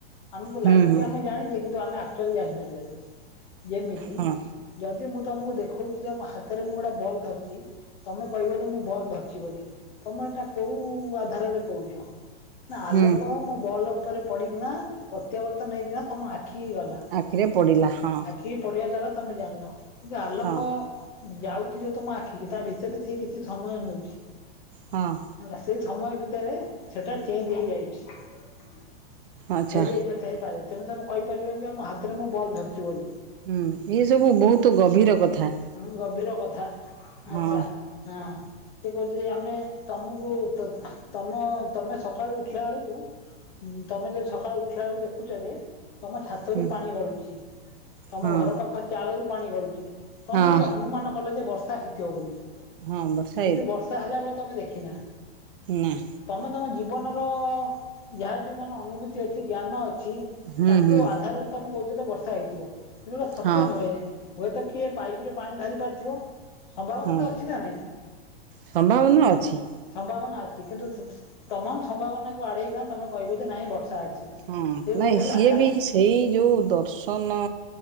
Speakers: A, on the left; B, on the right.
A: ଆମକୁ
B: ହୁଁ
A: ଲାଗୁଚି
B: ହୁଁ
A: ଆମେ ଜାଣିଛେ କିନ୍ତୁ ଆମେ ଆକ୍ଚୁଆଲି ଜାଣିପାରିବାନି ଯେମିତି
B: ହଁ
A: ଯଦି ମୁଁ ତମକୁ ଦେଖଉଚି ତମ ହାତରେ ମୁଁ ଗୋଟେ ବଲ୍ ଧରିଚି ତମେ କହିବଯେ ମୁଁ ବଲ୍ ଧରିଚି ବୋଲି ତମେ ଏଟା କୋଉ ଆଧାରରେ କହୁଚ ନା
B: ହୁଁ
A: ଆଲୋକ ମୋ ବଲ୍ ଉପରେ ପଡ଼ି କିନା ପ୍ରତ୍ୟାବର୍ତ୍ତନ ହେଇକିନା ତମ ଆଖି ଗଲା।
B: ଆଖିରେ ପଡ଼ିଲା ହଁ।
A: କି ପଢିବା ଦ୍ଵାରା ତମେ ଜାଣିଲ କିନ୍ତୁ ଆଲୋକ
B: ହଁ
A: ଯାଉଚି ଯୋଉ ତମ ଆଖିକି ତାଭିତରେ ସେକିଛି ସମୟ ନଉଚି।
B: ହଁ।
A: ହେଲା ସେସମୟ ଭିତରେ ସେଟା ଚେଞ୍ଜ ହେଇଯାଇଛି
B: ଆଚ୍ଛା
A: ହେଇଯାଇପା ଥାଇପାରେ ତେଣୁ ତମେ କହିପାରିବନିଯେ ଆମ ହାତରେ ମୁଁ ବଲ୍ ଧରଚି ବୋଲିି।
B: ହୁଁ ଇଏ ସବୁ ବହୁତ୍ ଗଭୀର କଥା।
A: ହଁ ଗଭୀର କଥା
B: ହଁ
A: ଆଚ୍ଛା ହଁ। ସେ କହୁଚି ଆମେ ତମକୁ ତମ ତମେ ସକାଳୁ ଉଠିଲା ବେଳକୁ ଁ ତମେ ଯଦି ସକାଳୁ ଉଠିଲା ବେଳୁ ଦେଖୁଚଯେ ତମ ଛାତରୁ
B: ହୁଁ
A: ପାଣି ଗଳୁଛି ତମ
B: ହଁ।
A: ଘର ପାଖ ଚାଳରୁ ପାଣି ଗଡୁଛି। ତମେ
B: ହଁ
A: ଏଠି ଅନୁମାନ କଲେଯେ ବର୍ଷା ହେଇଥିବ ବୋଲି।
B: ହଁ ବର୍ଷା
A: କିନ୍ତୁ ବର୍ଷା ହେଲା ବେଳେ ତମେ ଦେଖିିନା।
B: ନାଁ।
A: ତମେ ତମ ଜୀବନର ଯାହାବି ମାନେ ଅନୁଭୂତି ଅଛି ଜ୍ଞାନ ଅଛି
B: ହୁଁ
A: ତାକୁ
B: ହୁଁ
A: ଆଧାରରେ ତମେ କହୁଚତ ବର୍ଷା ହେଇଥିବ କିନ୍ତୁଏଟା ସତ୍ୟ
B: ହଁ
A: ନୁହେଁ ହୁଏତ କିଏ ପାଇପ୍ରେ ପାଣି ଢାଲି ପାରିଥିବ ସମ୍ଭାବନାତ
B: ହଁ।
A: ଅଛିନା ନାହିଁ।
B: ସମ୍ଭାବନା ଅଛି।
A: ସମ୍ଭାବନା ଅଛି କିନ୍ତୁ ତମ ସମ୍ଭାବନାକୁ ଆଡେଇକି ତମେ କହିବଯେ ନାଇଁ ବର୍ଷା ଅଛି।
B: ହଁ
A: ସେଇଭଳିଆ
B: ନାଇଁ
A: ହେଲା
B: ସିଏବି ସେଇ ଯୋଉ ଦର୍ଶନ